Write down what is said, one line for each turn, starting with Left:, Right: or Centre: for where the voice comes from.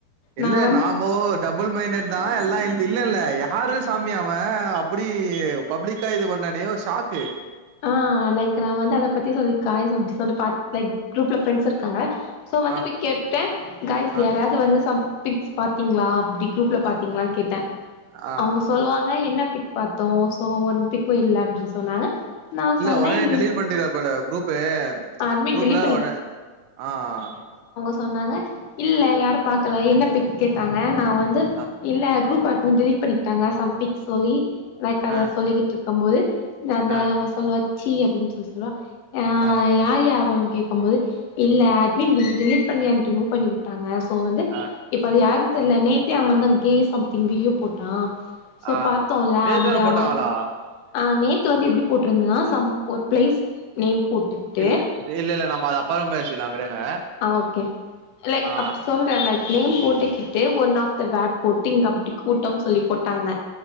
Right: இல்ல
Left: நா வந்து
Right: நாம்போட் டபுள் மைண்டட் தா எல்லா இல் இல்லல்ல யாரு சாமி அவெ அப்படியுவ் பப்ளிக்கா இது பண்ணனே ஒர் ஷாக்கு
Left: ஆ லைக் நா வந்து அத பத்தி சொல்லி காய்ஸ் அப்டி சொல்லி பா லைக் குரூப்ல ஃப்ரெண்ட்ஸ் இருக்காங்க சோ வந்துட்டு
Right: ஆ
Left: கேட்டே காய்ஸ்
Right: ஆ
Left: யாராவது வந்து சம் பிக்ஸ் பாத்தீங்களா அப்டி குரூப்ல பாத்தீங்களான்னு
Right: ஆ
Left: கேட்டே
Right: ஆ
Left: அவுங்கோ சொல்லுவாங்க என்ன பிக் பாத்தோ ஸோ ஒன் பிக்கும் இல்ல அப்டின்னு சொன்னாங்க நா
Right: இல்ல
Left: சொன்னே
Right: உடனே
Left: இல்
Right: டெலிட் பண்ணிட்டீங்க போல குரூப்பு
Left: அட்மின்
Right: குரூப்ல
Left: டெலிட் பண்ணி
Right: உட ஆ ஆ
Left: அதுனால இல்ல யாரு பாக்கல என்ன பிக் கேட்டாங்க நா வந் து
Right: ஆ
Left: இல்ல குரூப் அட்மின் டெலிட் பண்ணிக்கிட்டாங்க சம்திங் சொல்லி லைக் அத
Right: ஆ
Left: சொல்லிகிட்டு இரு க்கும் போது இல்ல அந்த
Right: ஆ
Left: அவ சொல்வா ச்சீ அப்டின்னு சொல்லி சொல்லுவா ஆ
Right: ஆ
Left: யார்யா அவ கேட்கும் போது இல்ல அட்மின் வந்து டெலிட் பண்ணி அண்ட் ரிமூவ் பண்ணி விட் டாங்க சோ வந்து
Right: ஆ
Left: இப்ப அது யாருன்னு தெரியல நேத்தே அவன் வந்து கேய்ஸ் சம்திங் வீடியோ போட்டா சோ
Right: ஆ
Left: பாத்தோம்ல
Right: நேத்து
Left: அந்த
Right: வேற போட்டாங்களா
Left: அவன் அ நேத்து வந்து எப்டி போட்ருந்தா சம் ஒரு பிளேஸ் நேம் போட்டுக்கிட்டு
Right: இல் இல்ல இல்ல நம்ம அத அப்பறோ பேசிகலா விடுங்க
Left: ஆ ஓகே லைக்
Right: ஆ
Left: அப் சொல்றேன் லைக் நேம் போட்டுக்கிட்டு ஒன் ஆஃப் த வேட் போட்டிங் அப்டி கூட்டம் சொல்லி போட்டாங்க